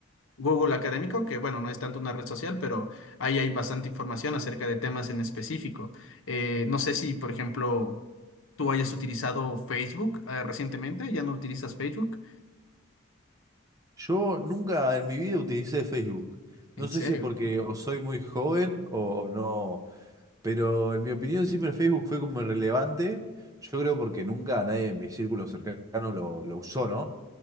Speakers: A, on the left (about 85°); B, on the right (about 15°).
A: Google Académico, que bueno, no es tanto una red social, pero ahí hay bastante información acerca de temas en específico. Eh, no sé si, por ejemplo, tú hayas utilizado Facebook eh, recientemente, ya no utilizas Facebook.
B: Yo nunca en mi vida utilicé Facebook.
A: ¿En
B: No sé
A: serio?
B: si es porque o soy muy joven o no, pero en mi opinión siempre Facebook fue como irrelevante. Yo creo porque nunca nadie en mi círculo cercano lo, lo usó, ¿no?